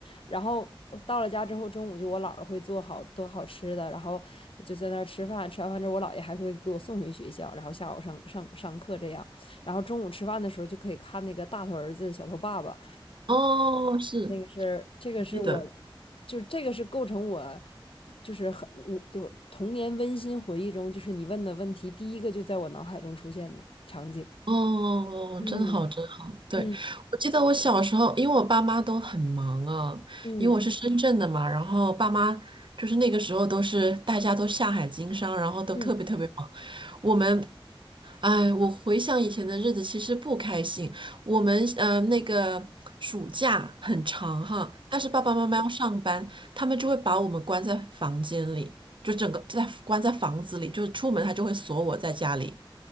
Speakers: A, on the left; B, on the right.
A: 然后我到了家之后，中午就我姥儿会做好多好吃的，然后就在那儿吃饭。吃完饭之后，我姥爷还会给我送回学校，然后下午上上上课这样。然后中午吃饭的时候就可以看那个大头儿子小头爸爸，
B: 哦，是，
A: 那个是这个是我，
B: 记得。
A: 就是这个是构成我。就是很我的童年温馨回忆中，就是你问的问题，第一个就在我脑海中出现的场景。
B: 哦，
A: 嗯，
B: 真好，真好。对，
A: 嗯
B: 我记得我小时候，因为我爸妈都很忙啊，
A: 嗯
B: 因为我是深圳的嘛，然后爸妈就是那个时候都是大家都下海经商，然后都特别特别忙。
A: 嗯
B: 我们，哎，我回想以前的日子，其实不开心。我们呃，那个暑假很长哈，但是爸爸妈妈要上班，他们就会把我们关在房间里，就整个在关在房子里，就是出门他就会锁我在家里。